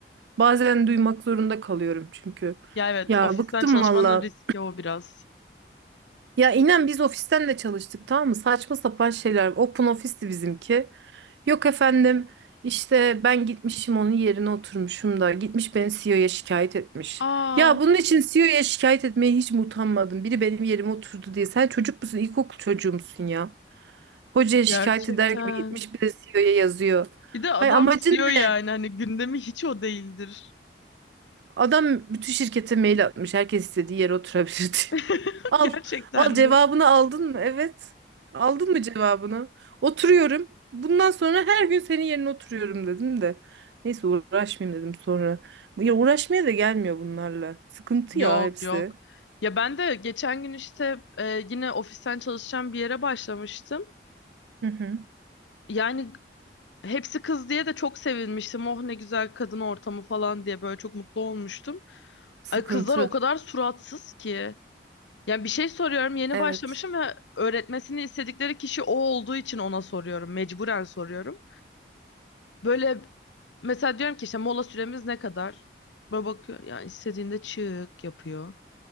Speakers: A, on the right; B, on the left.
A: Bazen duymak zorunda kalıyorum çünkü.
B: Ya evet,
A: Ya
B: ofisten
A: bıktım
B: çalışmanın
A: valla.
B: riski o biraz.
A: Ya inen biz ofisten de çalıştık tamam mı? Saçma sapan şeyler. Open ofisti bizimki. Yok efendim işte ben gitmişim onun yerine oturmuşum da gitmiş beni CEO'ya şikayet etmiş.
B: Aa,
A: Ya bunun için CEO'ya şikayet etmeye hiç mi utanmadın? Biri benim yerime oturdu diye. Sen çocuk musun? İlkokul çocuğu musun ya? Hocaya
B: gerçekten.
A: şikayet eder gibi gitmiş bir de CEO'ya yazıyor.
B: Bir de adam
A: Hay amacın
B: CEO yani
A: ne?
B: hani gündemi hiç o değildir.
A: Adam bütün şirkete mail atmış. Herkes istediği yere oturabilir <laughs> diye.
B: <laughs>
A: Al.
B: Gerçekten
A: Al cevabını
B: mi?
A: aldın mı? Evet. Aldın mı cevabını? Oturuyorum. Bundan sonra her gün senin yerine oturuyorum dedim de. Neyse uğraşmayayım dedim sonra. Ya uğraşmaya da gelmiyor bunlarla. Sıkıntı
B: Yok
A: ya hepsi.
B: yok. Ya ben de geçen gün işte e, yine ofisten çalışacağım bir yere başlamıştım.
A: Hı hı.
B: Yani hepsi kız diye de çok sevinmiştim. Oh ne güzel kadın ortamı falan diye böyle çok mutlu olmuştum.
A: Sıkıntı.
B: Ay kızlar o kadar suratsız ki. Yani bir şey soruyorum yeni
A: Evet.
B: başlamışım ve öğretmesini istedikleri kişi o olduğu için ona soruyorum. Mecburen soruyorum. Böyle Mesela diyorum ki işte mola süremiz ne kadar? Böyle bakıyor yani istediğinde çık yapıyor.